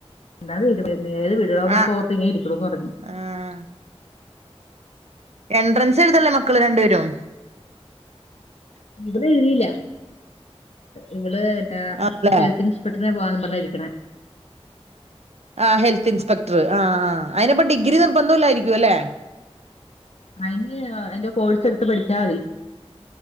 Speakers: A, on the left; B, on the right.
A: എന്താ <unintelligible> ഏത് വിടണോന്നൊക്കെ
B: ആഹ്
A: ഓർത്തിങ്ങെനെ ഇരിക്കാണുന്ന് പറഞ്ഞ്
B: ആഹ് എൻട്രൻസ് ചെറുതല്ലെ മക്കള് രണ്ടുപേരും
A: ഇവള് എഴുതില ഇവള് ആ
B: ആല്ലേ
A: ഹെൽത്ത്‌ ഇൻസ് ഇപ്പോഴേ പോവാന്നും പറഞ്ഞ ഇരിക്കണേ
B: ആ ഹെൽത്ത് ഇൻസ്പെക്ടർ ആ ആ അതിന് ഇപ്പാ ഡിഗ്രി നിർബന്ധം ഇല്ലായിരിക്കും അല്ലെ
A: അയിന് അയിന്റെ കോഴ്സ് എടുത്ത് പഠിച്ചാ മതി